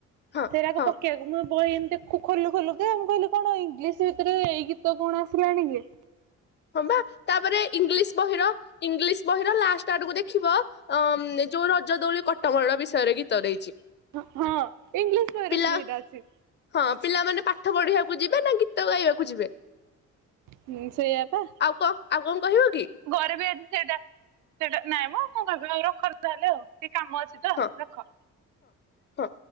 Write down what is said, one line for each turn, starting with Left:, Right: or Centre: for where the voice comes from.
Left: ହଁ
Right: ସେଟାକୁ
Left: ହଁ
Right: ପକେଇବାକୁ ମୁଁ ବହି ଏମିତି ଖୋଲୁ ଖୋଲୁ କି ମୁ କହିଲି କଣ ଇଂଲିଶ ଭିତରେ ଏଇ ଗୀତ କଣ ଆସିଲାଣି କି
Left: ହଁ ପା ତାପରେ ଇଂଲିଶ ବହିର ଇଂଲିଶ ବହିର ଲାଷ୍ଟ ଆଡୁକୁ ଦେ ଦେଖିବ ଯୋଉ ରଜ ଦୋଳି କଟମର ବିଷୟରେ ଗୀତ ଦେଇଛି
Right: ହଁ ଇଂଲିଶ ବାୟରେ
Left: ପିଲା
Right: ଫୁଣି ହେଇଟା ଅଛି।
Left: ହଁ ପିଲାମାନେ ପାଠ ପଢିବାକୁ ଯିବେ ନା ଗୀତ ଗାଇବାକୁ ଯିବେ
Right: ହୁଁ, ସେଇଆ ପା
Left: ଆଉ କଣ ଆଉ କଣ କହିବ କି
Right: ଘରେ ବି ଏଠି ସେଇଟା ସେଇଟା ନାଇଁ ମୁଁ କଣ କହିବି ଆଉ ରଖ ତାହେଲେ ଆଉ ଟିକେ କାମ ଅଛି ତ
Left: ହଁ
Right: ରଖ।
Left: ହଁ।